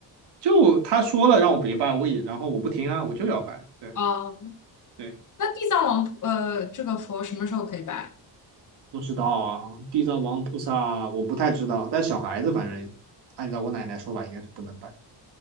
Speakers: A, on the right; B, on the left.
A: 就他说了让我别拜，我也然后我不听啊，我就要拜。对
B: 哦，
A: 对，
B: 那地藏王菩呃，这个佛什么时候可以拜？
A: 不知道啊，地藏王菩萨我不太知道，但小孩子反正按照我奶奶说法应该是不能拜。